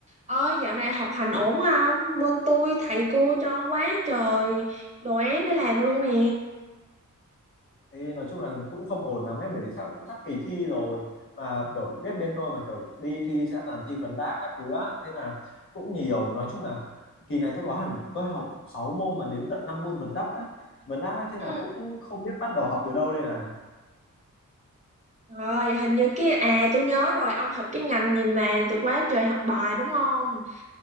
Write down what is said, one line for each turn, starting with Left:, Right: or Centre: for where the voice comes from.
Right: Ơi dạo này học hành ổn không? Bên tôi thầy cô cho quá trời đồ án để làm luôn nè.
Left: Ê, nói chung là cũng không ổn lắm ấy bởi vì sao cũng sắp kỳ thi rồi mà kiểu biết bên tôi mà kiểu đi thi sẽ toàn thi vấn đáp các thứ á thế là cũng nhiều nói chung là kỳ này tôi có hẳn tôi học 6 môn mà đến tận 5 môn vấn đáp ấy vấn đáp ấy thế
Right: Ừ.
Left: là cũng không biết bắt đầu học từ đâu đây này
Right: Rồi hình như cái à tôi nhớ rồi ông học cái ngành gì mà tôi quá trời học bài đúng không?